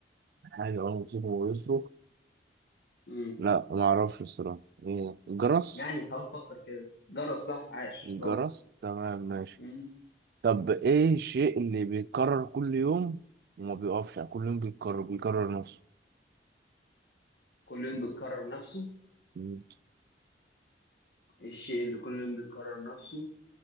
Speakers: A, on the right (about 60°); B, on the left (about 65°).
A: حاجة أول ما تمسكه ويصرخ
B: امم
A: لأ معرفش الصراحة ايه الجرس
B: يعني حاول تفكر كده جرس صح عاش
A: الجرس
B: برافو
A: تمام ماشي
B: امم
A: طب ايه الشيء اللي بيتكرر كل يوم وما بيقفش يعني كل يوم بيتكرر بيكرر نفسه
B: كل يوم بيكرر نفسه
A: مم.
B: الشيء اللي كل يوم بيكرر نفسه